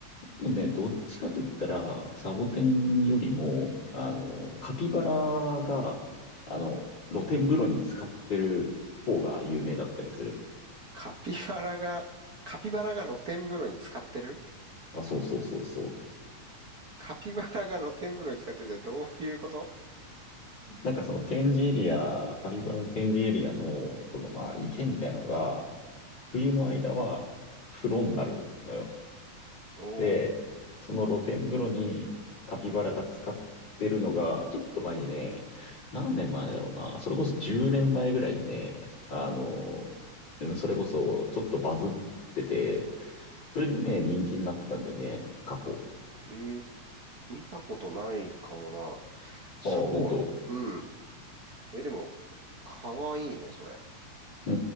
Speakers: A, on the left; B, on the right.
A: ね、どっちかと言ったら、サボテンよりも、あの、カピバラが、あの、露天風呂に使ってる方が有名だったりする。
B: カピバラが、カピバラが露天風呂に使ってる
A: あ、そうそうそうそう。
B: カピバラが露天風呂に使ってるってどういうこと
A: なんかその展示エリア、カピバラの展示エリアの、そのまあ池みたいなのが、冬の間は風呂になるのよ。
B: おお
A: で、その露天風呂にカピバラが使ってるのが、ちょっと前にね、何年前だろうな、それこそ10年前ぐらいにね、あの、うんそれこそちょっとバズってて、それでね、人気になってたんだよね、過去。
B: ー、えー見たことないかもな。そう、
A: ああ、本当。
B: うん。え、でも、かわいいね、それ。
A: う